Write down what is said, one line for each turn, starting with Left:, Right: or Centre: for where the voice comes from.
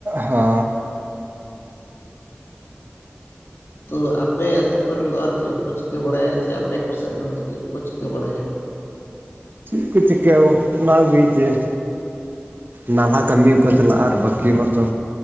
Right: ᱦᱟ
Left: ᱛᱚ ᱟᱯᱮ ᱟᱛᱳ ᱠᱚᱨᱮᱱ ᱫᱚ ᱟᱨ ᱪᱮᱫ ᱠᱚ ᱪᱤᱠᱟᱹ ᱵᱟᱲᱟᱭᱟ ᱥᱮ ᱟᱯᱮ ᱠᱚ ᱥᱮᱫ ᱨᱮᱱ ᱫᱚ ᱪᱮᱫ ᱠᱚ ᱠᱚ ᱪᱤᱠᱟᱹ ᱵᱟᱲᱟᱭᱟ
Right: ᱪᱮᱫ ᱠᱚ ᱪᱤᱠᱟᱹ ᱚᱱᱟᱜᱩᱭ ᱧᱮᱞ ᱱᱟᱞᱦᱟ ᱠᱟᱹᱢᱤ ᱦᱚᱸᱠᱚ ᱪᱟᱞᱟᱜᱼᱟ ᱟᱨ ᱵᱟᱹᱠᱤ ᱢᱟᱛᱚ